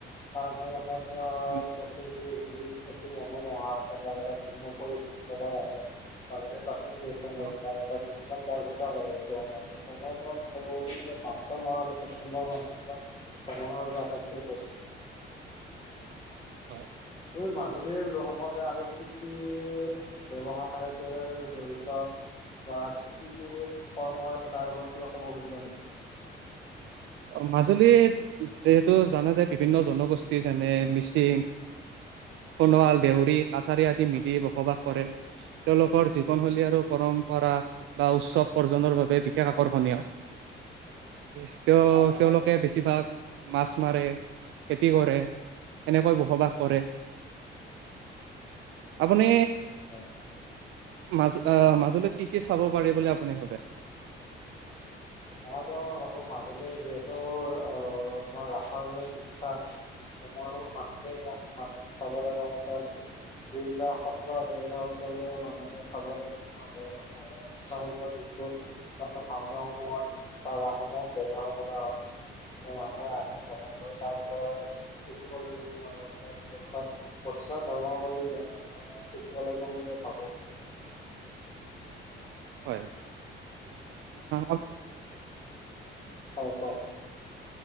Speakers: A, on the left; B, on the right.
A: <inaudible>
B: অ,
A: <unintelligible> <unintelligible>
B: অ,
A: <inaudible> <unintelligible> আটাতকৈ <unintelligible>
B: হয়।
A: মই মাজুলীৰ লোকসকলে আৰু কি কি ব্যৱসায়ৰ সৈতে জড়িত তাত কি কি কৰ্ম হয় তাৰ ওপৰত কিবা ক'ব খুজিবা নি?
B: অ, মাজুলীত যিহেতু জানা যে বিভিন্ন জনগোষ্ঠী যেনে মিছিং সোণোৱাল, দেউৰী, কাছাৰী আদি মিলি বসবাস কৰে। তেওঁলোকৰ জীৱনশৈলী আৰু পৰম্পৰা বা উৎসৱ পৰ্জনৰ বাবে বিশেষ আকৰ্ষণীয়। এহ তেওঁ
A: হয়
B: তেওঁলোকে
A: হয়।
B: বেছিভাগ মাছ মাৰে, খেতি কৰে। এনেকৈ বসবাস কৰে।
A: <unintelligible>
B: আপুনি,
A: অ
B: মাজ আহ মাজুলীত কি কি চাব পাৰি বুলি আপুনি ভাবে? <inaudible>
A: মইতো ভাবো মাজুল যিহেতু অ ৰসৰ দৰে বিখ্যাত তোমাৰ ৰাসাৰ দৰে <unintelligible> চাব লগ যি যবিলাক সত্ৰ আছে সেই সত্ৰবোৰৰ মানুহে চাব লাগিব। <unintelligible> যি টো, খাওনা সমূহত বা ৰাসসমূহত ব্যৱহাৰ কৰা হয়। মানুহে আইন গ্ৰহন কৰে তাৰ পাছত <unintelligible> সটো মানে মুছলাম ধৰ্মৱান শিকিব লাগিব বুলি মই ভাবো।
B: হয় আ
A: অ কওক